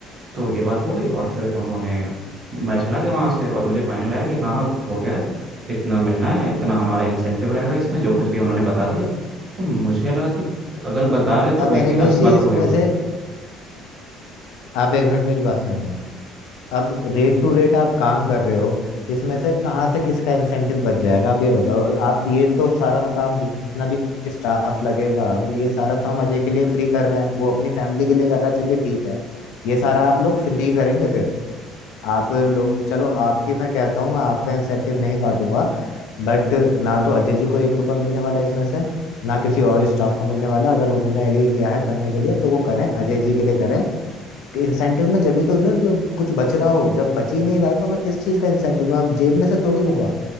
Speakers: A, on the right (about 30°); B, on the left (about 75°).
A: तो ये बात हो गई और फिर उन्होंने मैं चला गया वहाँ से और मुझे फाइनल आया कि हाँ हाँ हो गया है इतना मिलना है इतना हमारा इंसेंटिव रहेगा इसमें जो कुछ भी उन्होंने बता दिया तो मुझे लगा कि अगर बता रहे तो मे
B: अब अनिमेश
A: बी आपसे
B: जी
A: बात
B: इसमें
A: हो गई होगी
B: से आप एक मिनट मेरी बात सुनिए अब रेट टू रेट आप काम कर रहे हो इसमें से कहाँ से किसका इंसेंटिव बच जाएगा आप ये बताओ आप ये तो सारा काम जितना भी स्टाफ लगेगा अब ये सारा तो हम अजय के लिए फ्री कर रहे हैं वो अपनी फैमिली के लिए कर रहा है चलिए ठीक है ये सारा आप लोग फ्री करेंगे फिर आप लोग चलो आपकी मैं कहता हूँ मैं आपका इंसेंटिव नहीं काटूंगा बट ना तो अजय जी को एक रुपया मिलने वाला है इसमें से ना किसी और स्टाफ को मिलने वाला अगर उन्होंने एग्री किया है करने के लिए तो वो करें अजय जी के लिए करें इंसेंटिव में जब ही तो जो है तो कुछ बच रहा हो जब बच ही नहीं रहा तो मैं किस चीज का इंसेंटिव मैं अब जेब में से थोड़ी दूंगा